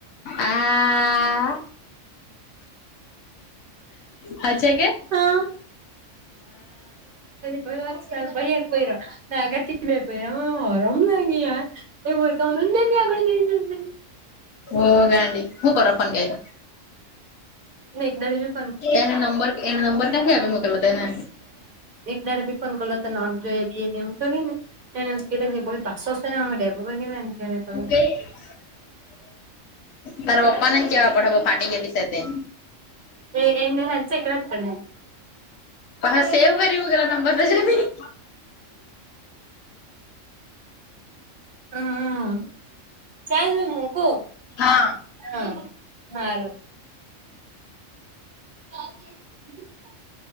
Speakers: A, on the left; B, on the right.
A: આ હછે કે?
B: હા એએક પેરો મેં આગળ બે પેરા ઓ હરામ લાગે યાર. એવું હોય તો અમે જ બે ની આગળ બેહી જાતે.
A: બો ગાંડી હું કરવા ફોન કયરો?
B: એકદાડી-
A: એને નંબર એને નંબર ક્યાંથી આપી મુકેલો તુએને.
B: એકદાળે બી ફોન કરલો તો નોટ જો બી એને એમ કરી ને. એને ઉચકેલો જ ની પછી પાછો છે ને અમે ડેપો પર ગેલા ને ત્યારે
A: <unintelligible>
B: કરું
A: તાર પપ્પાને જ કેવા પડહે બો ફાટી ગેલી સે તે.
B: એ એમ હાલ છેકડા કર
A: પાસો સેવ કરી મુગેલા નંબર તો જોની.
B: હમ્મ ચાલ મે મુકુ.
A: હા
B: હા સારું. <inaudible>